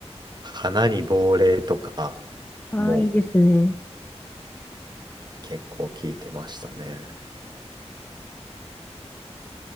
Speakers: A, on the right; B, on the left.
A: 花に亡霊とか
B: ああ、
A: も
B: いいですね。
A: 結構聞いてましたね。